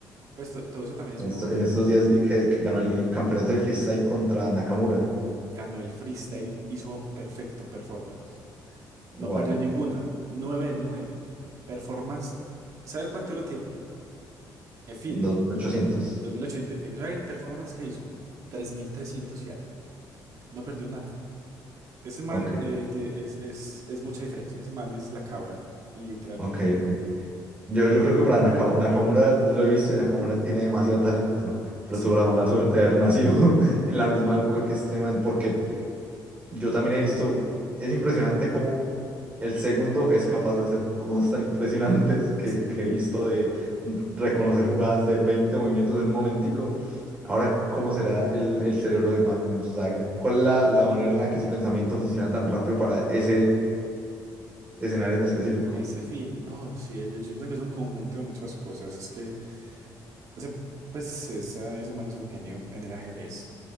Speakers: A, on the right; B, on the right.
A: pues to- todo eso también es
B: En
A: muy,
B: Esto- en estos
A: muy interesante.
B: días vi que, que ganó el campeonato de freestyle contra Nakamura.
A: Ganó el freestyle, hizo perfecto performance. No
B: Wow.
A: perdió ninguna. nueve de nueve Performance. ¿Sabe el cuánto lo tiene? E F
B: dos
A: I D E.
B: mil ochocientos,
A: dos mil ochocientos y pico. ¿Sabe el performance que hizo? tres mil trescientos y algo. No perdió nada. Ese man
B: Ok,
A: eh, tie- es, es, es mucha diferencia. Ese man es la cabra. Literalmente.
B: ok,
A: Es man.
B: ok. Yo, yo creo que para Nakam- Nakamura, lo he visto y Nakamura tiene demasiado talento, pero
A: Sí.
B: tuvo la mala suerte de haber nacido <laughs> en la misma época que este man, porque yo también he visto, es impresionante cómo el segundo es capaz de hacer cosas tan impresionantes que,
A: Sí.
B: que he visto de reconocer jugadas de 20 movimientos en un momentico. Ahora, ¿cómo será el, el cerebro de Magnus? O sea, ¿cuál es la, la manera en la que su pensamiento funciona tan rápido para ese escenario en específico.
A: Ese fin. No, sí. Yo siento que es un conjunto de muchas cosas. Es que ese, pues, esa- ese man es un genio en el ajedrez.